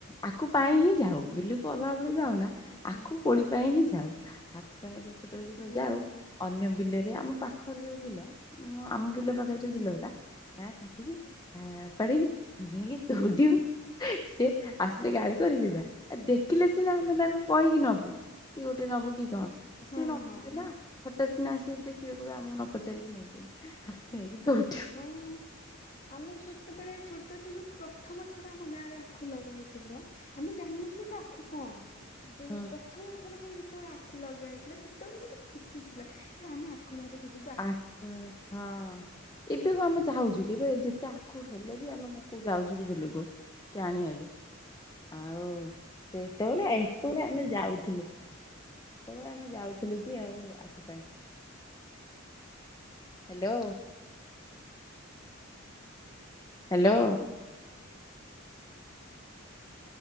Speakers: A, on the left (about 20°); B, on the left (about 35°).
A: ଆଖୁ ପାଇଁ ହିଁ ଯାଉ ବିଲକୁ ଅଲଗା ବେଳେ ଯାଉନା
B: ଆଚ୍ଛା
A: ଆଖୁ ପୋଳି ପାଇଁ ହିଁ ଯାଉ ଆଗ ପାଇଁ ଏ ଛୋଟ ଜିନି ସବୁ
B: ଓହୋ
A: ଯାଉ ଅନ୍ୟ ବିଲରେ ଆମ ପାଖରେ ଯୋଉ ବିଲ ଆମ ବିଲ ପାଖରେ
B: ଆଚ୍ଛା
A: ଯୋଉ ବିଲ ଉରା ନା କଟିକି ନା ଉପାରିକି ନେହିଁକି ଧୋଉଡିମୁ ସିଏ ଆସିଲେ ଗାଳି କରି ବେନା ଦେଖିଲେ ସିନା ଆମେ ତାଙ୍କୁ କହିକି ନବୁ କି ଗୋଟେ ନବୁ କି କଣ?
B: ଓହୋ।
A: ସେ
B: ହଁ
A: ନଥିବେ
B: ହଁ
A: ନା ହଟ୍ଟାତ୍ କିନା ଆସିବେ ଦେଖିବେ କହିବେ ଆମକୁ ନ ପଚାରିକି ନୋଉଚନ୍ତି ଆ ନେଇକି ଧୋଉ
B: ନାଇଁ ଆମେ ଯେତେବେଳେ ଛୋଟ ଥିଲୁ ପ୍ରଥମ ଥର ଆମ ଗାଁ ରେ ଆଖୁ ଲଗା ହେଇଥିଲା। ଆମେ ଜାଣିନଥିଲୁ କି ଆଖୁ କଣ ଯୋଉ
A: ହୁଁ।
B: ପ୍ର ପ୍ରଥମଥର ପାଇଁ ଯେତେବେଳେ ଆଖୁ ଲଗା ହେଇଥିଲା ସେତେବେଳେ ଗୋଟେ ଖୁସି ଥିଲା ଏ ଆମେ ଆ ଖୁ ବାରିକୁ ଯିବା।
A: ଆ କ୍ ବର ହଁ। ଏବେ କଁ ଆମେ ଯାହାଚୁ କି ଏବେ ଯେତେ ଆଖୁ ହେଲେ ବି ଆମେ କଣ କ ଯାଉଛୁ କି ବିଲକୁ। କି ଆଣି ଆଗୁ। ଆଉ ସେଇତେବେଳେ ଏତେବେଳେ ଆମେ ଯାଉଥିଲୁ। ସେତେବେଳେ ଆମେ ଯାଉଥିଲୁ କି ଆଉ ଆଖୁ ପାଇଁ। Hello. Hello.